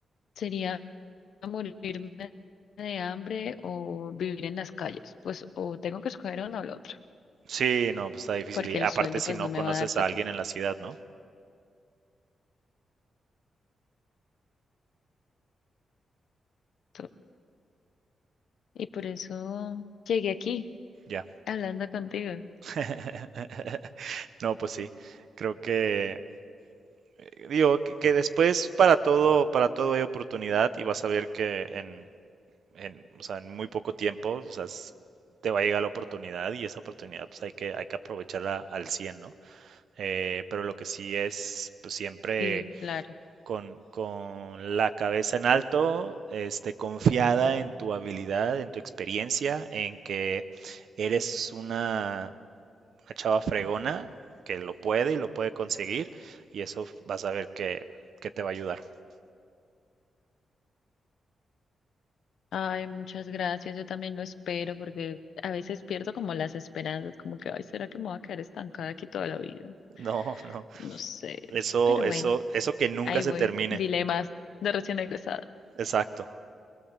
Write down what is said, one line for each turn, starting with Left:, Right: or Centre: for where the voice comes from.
Left: sería morirme de hambre o vivir en las calles. Pues o tengo que escoger uno o lo otro,
Right: Sí, no, pues está difícil.
Left: porque
Right: Y
Left: el
Right: aparte
Left: sueldo
Right: si
Left: pues
Right: no
Left: no
Right: conoces
Left: me va a dar para
Right: a
Left: todo,
Right: alguien en la ciudad, ¿no?
Left: todo. Y por eso llegué aquí
Right: Ya.
Left: hablando contigo.
Right: <laughs> No, pues sí. Creo que eh, digo que, que después para todo, para todo hay oportunidad y vas a ver que en, en, o sea, en muy poco tiempo, o sea, s- te va a llegar la oportunidad y esa oportunidad pues hay que, hay que aprovecharla al cien ¿no? Eh, pero lo que sí es, pues siempre
Left: Sí, claro.
Right: con, con la cabeza en alto, este, confiada en tu habilidad, en tu experiencia, en que eres una, una chava fregona que lo puede y lo puede conseguir y eso f- vas a ver que, que te va a ayudar. <laughs>
Left: Ay, muchas gracias. Yo también lo espero porque a veces pierdo como las esperanzas, como que, ay, ¿será que me voy a quedar estancada aquí toda la vida?
Right: No, no,
Left: No sé.
Right: eso,
Left: Pero
Right: eso,
Left: bueno,
Right: eso que nunca
Left: ahí
Right: se
Left: voy.
Right: termine.
Left: Dilemas de recién egresada.
Right: Exacto.